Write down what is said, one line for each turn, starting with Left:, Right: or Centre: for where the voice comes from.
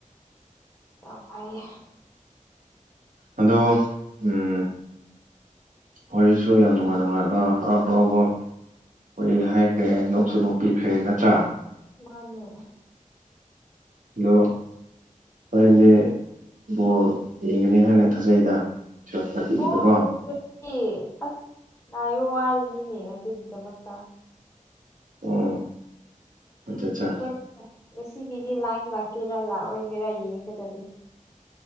Left: ꯌꯥꯝ ꯐꯩꯌꯦ
Right: ꯑꯗꯣ ꯎꯝ ꯋꯥꯔꯤꯁꯨ ꯌꯥꯝ ꯅꯨꯡꯉꯥꯏ ꯅꯨꯡꯉꯥꯏꯕ ꯍꯔꯥꯎ ꯍꯔꯥꯎꯕ ꯑꯣꯏ ꯍꯥꯏꯈ꯭ꯔꯦ ꯅꯣꯛꯁꯨ ꯅꯣꯛꯄꯤꯈ꯭ꯔꯦ ꯅꯠꯇ꯭ꯔꯥ
Left: ꯃꯥꯅꯦ
Right: ꯑꯗꯣ ꯍꯣꯔꯦꯟꯗꯤ ꯕꯣꯜ ꯌꯦꯡꯒꯅꯤ ꯍꯥꯏꯅ ꯊꯥꯖꯩꯗ ꯇꯨꯋꯦꯜꯞ ꯊꯥꯔꯇꯤꯒꯤꯗꯀꯣ
Left: ꯍꯣꯏ ꯌꯦꯡꯗꯣꯏꯅꯦ ꯑꯁ ꯉꯥꯏꯕ ꯋꯥꯔꯤꯅꯤꯅꯦ ꯑꯗꯨꯒꯤꯗꯃꯛꯇ
Right: ꯑꯣ ꯑꯠꯆꯥ ꯑꯠꯆꯥ
Left: ꯁꯣꯏꯗꯔꯦ ꯉꯁꯤꯒꯤꯗꯤ ꯂꯥꯏꯠ ꯂꯥꯛꯀꯦꯔꯥ ꯂꯥꯛꯑꯣꯏꯒꯦꯔꯥ ꯌꯦꯡꯒꯗꯕꯅꯤ